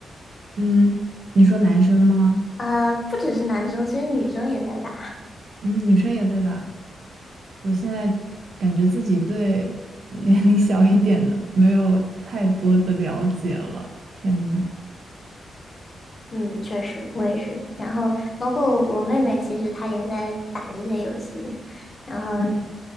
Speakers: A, on the right; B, on the left.
A: <laughs> 嗯，你说男生吗？
B: 啊、不只是男生，其实女生也在打。
A: 嗯，女生也在打。我现在感觉自己对 <laughs> 年龄小一点的没有太多的了解了。天呐，
B: 嗯，确实我也是。然后包括我妹妹，其实她也在打这些游戏，然后
A: 嗯